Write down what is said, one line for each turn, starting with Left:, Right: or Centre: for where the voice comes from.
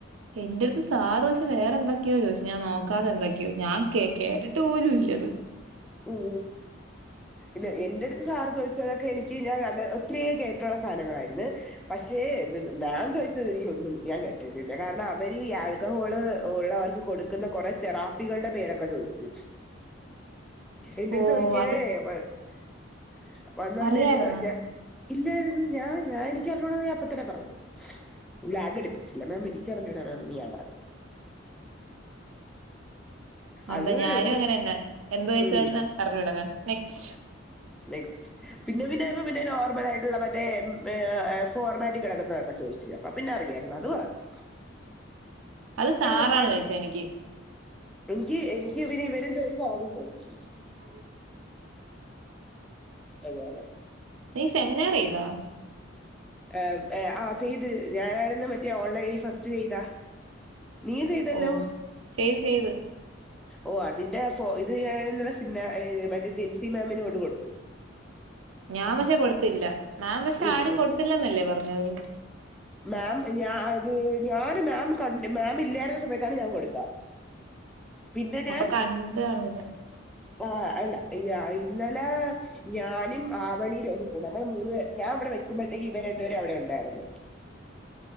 Right: എന്റെടുത്ത് സാറ് ചോദിച്ച് വേറെന്തക്കെയോ ചോയിച്ച് ഞാൻ നോക്കാത എന്തൊക്കെയോ ഞാൻ കേട്ടിട്ട് പോലുംല്ലത്
Centre: ഉം ഇത് എന്റെടുത്ത് സാറ് ചോദിച്ചതൊക്കെ എനിക്ക് ഞാൻ അത് ഒത്തിരിയ കേട്ടുള്ള സാനങ്ങളായിരുന്നെ പക്ഷേ ഞാൻ ചോദിച്ചത് എനിക്കൊന്നും ഞാൻ കേട്ടിട്ടില്ല. കാരണം അവര് ക്കഹോള് ഉള്ളവർക്ക് കൊടുക്കുന്ന കുറെ തെറാപ്പികളുടെ പേരൊക്കെ ചോദിച്ച് എന്റെടുത്ത്
Right: ഓ
Centre: ചോയ്ക്കാണേ
Right: അത്
Centre: <unintelligible> വന്നോണ്ട്
Right: അറിയായിരുന്നു
Centre: എൻ്റെടുത്ത് ഞ ഇല്ലായിരുന്നു ഞാൻ ഞാൻ എനിക്കറിഞ്ഞൂട ഞാൻഅപ്പത്തന്നെ പറഞ്ഞു. ലാഗ് അടുപ്പിച്ചില്ല മാം എനിക്കറിഞ്ഞുടാ മാം ന്ന് ഞാൻ പറഞ്ഞു
Right: നന്ന്
Centre: അത്
Right: ഞാനും
Centre: ചെ-
Right: അങ്ങനെന്നെ എന്ത് ചോയ്ച്ചാലും
Centre: ഉം
Right: അറിഞ്ഞൂടാ മാം നെക്സ്റ്റ്
Centre: നെക്സ്റ്റ് പിന്നെ പിന്നെ ഇപ്പ പിന്നെ നോർമലായിട്ടുള്ള മറ്റേ ഉം ഏഹ് ഏഹ് ഫോർമാറ്റ് കിടക്കുന്നതൊക്കെ ചോയ്ച്ച് അപ്പ പിന്നെ അറിയായിരുന്നു അത് പറതി
Right: അത് സാറാണ്
Centre: നമ്മൾ
Right: ചോയിചെനിക്കി
Centre: എനിക്ക് എനിക്ക് പിന്നെ ഇവരും ചോദിച്ചു. അവരും ചോയ്ച്ചു.
Right: <unintelligible>
Centre: അതേല്ലേ
Right: നീ സെമിനാറീതാ?
Centre: ആഹ് ഏഹ് ആഹ് സെയ്ത് ഞാനായിരുന്നു മറ്റേ ഓൺലൈനിൽ ഫസ്റ്റ് ചെയ്ത നീ ചെയ്തല്ലോ
Right: ഓ ചെയ്ത് ചെയ്ത്
Centre: ഓ അതിന്റെ ഫോ ഇത് ഞാനിന്നലേ സിംന ഏഹ് മറ്റേ ജിൻസി മാമിന് കൊണ്ട് കൊടുത്തു
Right: ഞാൻ പക്ഷേ കൊടുത്തില്ല. മാം പക്ഷേ
Centre: ഉം
Right: ആരും
Centre: ഉം
Right: കൊടുത്തില്ലന്നല്ലേ പറഞ്ഞത്?
Centre: മാം ഞ അത് ഞാന് മാം കണ്ട് മാം ഇല്ലായിരുന്ന സമയത്താണ് ഞാൻ കൊടുത്ത പിന്നെ ഞാൻ
Right: അപ്പൊ കണ്ട് കാണൂല
Centre: ആ അല്ല ഇന്നലെ ഞാനും ആവണി രവി നമ്മൾ മൂന്ന് ഞാൻ ഇവടെ വെക്കുമ്പഴേത്തേക്ക് ഇവര് രണ്ട്പേര് അവടേണ്ടായിരുന്നു